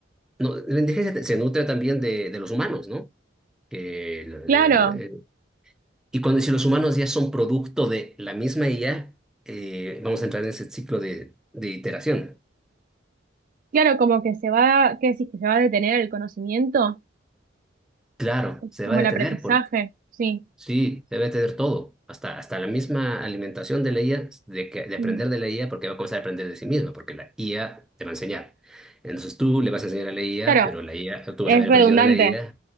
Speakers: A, in the centre; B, on the right.
A: no, la indigencia te- se nutre también de, de los humanos, ¿no? Que le-
B: claro,
A: le- le- eh, y cuando si los humanos ya son producto de la misma IA, eh, vamos a entrar en ese ciclo de, de iteración.
B: claro, como que se va, ¿qué decís? Que se va a detener el conocimiento,
A: Claro, se
B: como
A: va a detener
B: el aprendizaje,
A: porque
B: sí.
A: sí, se va a detener todo, hasta, hasta la misma alimentación de la IA, de, que, de aprender
B: Mm,
A: de la IA, porque va a comenzar a aprender de sí misma, porque la IA te va a enseñar. Entonces tú le vas a enseñar a la IA,
B: Claro,
A: pero la IA, tú
B: es
A: vas a haber
B: redundante.
A: aprendido de la IA.